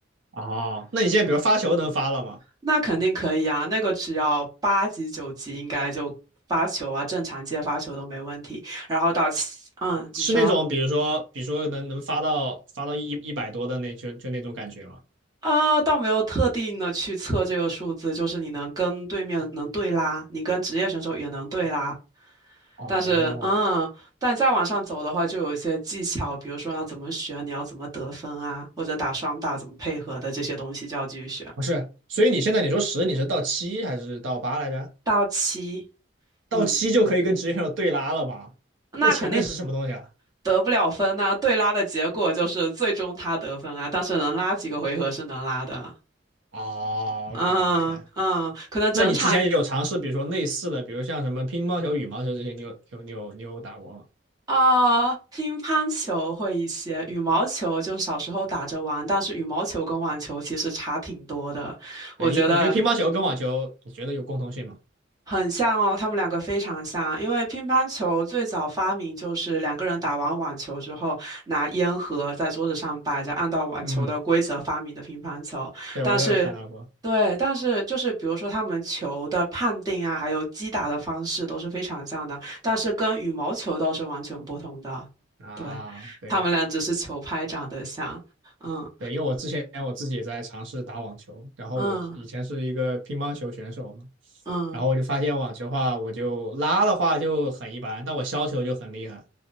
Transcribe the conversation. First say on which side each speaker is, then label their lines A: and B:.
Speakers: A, on the right (about 80°); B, on the right (about 20°).
A: 哦，那你现在比如发球能发了吗？
B: 那肯定可以啊，那个只要八级九级应该就发球啊，正常接发球都没问题。然后到七，嗯，
A: 是那种比如说，
B: 你说。
A: 比如说能能发到发到一一百多的那就就那种感觉吗？
B: 啊，倒没有特定的去测这个数字，就是你能跟对面能对拉，你跟职业选手也能对拉。
A: 哦，
B: 但是，嗯，但再往上走的话，就有一些技巧，比如说要怎么选，你要怎么得分啊，或者打双打怎么配合的这些东西就要继续学。
A: 不是，所以你现在你说十你是到七还是到八来着？
B: 到七，
A: 到七就可以跟职业选手对拉了吗？
B: 嗯，那肯定
A: 那前面是什么东西啊？
B: 得不了分呐、对拉的结果就是最终他得分啊，但是能拉几个回合是能拉的。
A: 哦，OK
B: 嗯嗯，
A: OK，
B: 可能整场
A: 那你之前也有尝试，比如说类似的，比如像什么乒乓球、羽毛球这些，你有有你有你有打过吗？
B: 呃，乒乓球会一些，羽毛球就小时候打着玩，但是羽毛球跟网球其实差挺多的。我觉得，
A: 对你你觉得乒乓球跟网球，你觉得有共通性吗？
B: 很像哦，他们两个非常像，因为乒乓球最早发明就是两个人打完网球之后，拿烟盒在桌子上摆着，按照网球的规则发明的乒乓球。
A: 嗯，对我这有看到过
B: 但是，对，但是就是比如说他们球的判定啊，还有击打的方式都是非常像的，但是跟羽毛球倒是完全不同的。
A: 啊，
B: 对，
A: 对
B: 他们俩只是球拍长得像，嗯
A: 对，因为我之前我自己也在尝试打网球，然后我以前是一个乒乓球选手嘛，
B: 嗯嗯。
A: 然后我就发现网球的话，我就拉的话就很一般，但我削球就很厉害。